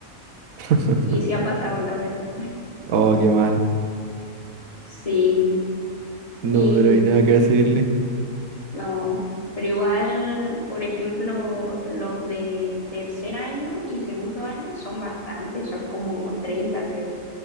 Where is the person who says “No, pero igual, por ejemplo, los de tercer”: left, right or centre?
Left